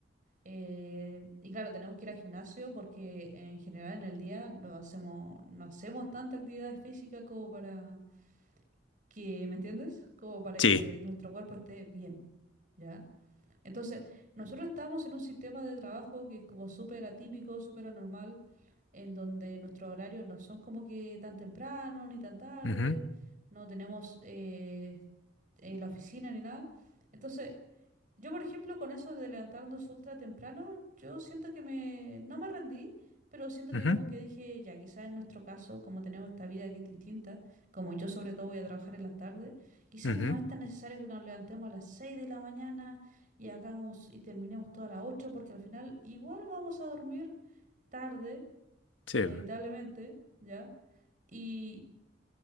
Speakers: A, on the right (about 45°); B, on the left (about 85°).
A: Eh, y claro, tenemos que ir al gimnasio porque en general en el día no hacemos, no hacemos tanta actividad física como para que, ¿me entiendes? Como para
B: sí,
A: que nuestro cuerpo esté bien, ¿ya? Entonces, nosotros estamos en un sistema de trabajo que es como súper atípico, súper anormal, en donde nuestros horarios no son como que tan temprano ni tan tarde,
B: ujú,
A: no tenemos eh, eh, la oficina ni nada. Entonces, yo, por ejemplo, con eso de levantarnos ultra temprano, yo siento que me, no me rendí, pero siento que
B: ujú,
A: como que dije, ya quizás en nuestro caso, como tenemos esta vida que es distinta, como yo sobre todo voy a trabajar en las tardes, quizás
B: ujú,
A: no es tan necesario que nos levantemos a las 6 de la mañana y hagamos y terminemos todas las 8, porque al final igual vamos a dormir tarde,
B: sí.
A: inevitablemente, ¿ya? Y